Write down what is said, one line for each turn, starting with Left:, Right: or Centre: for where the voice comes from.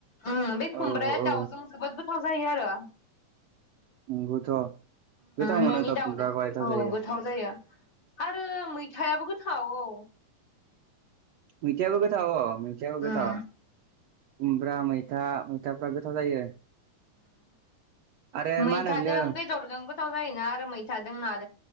Left: उम बे
Right: औ
Left: खुमब्राया
Right: औ
Left: दाउजों जोबोद गोथाव जायो आरो
Right: नंगौथ' गोथाव
Left: न'नि
Right: मोनोथ'
Left: दाउदों
Right: खुमब्राखौहाय
Left: औ
Right: जायो
Left: गोथाव जायो आरो मैथायाबो गोथाव औ
Right: मैथायाबो गोथाव मैथायाबो
Left: उम
Right: गोथाव खुमब्रा मैथा मैथाफ्रा गोथाव जायो आरो
Left: मैथाजों
Right: मा होनो बियो
Left: बेदरजों गोथाव जायोना आरो मैथाजों न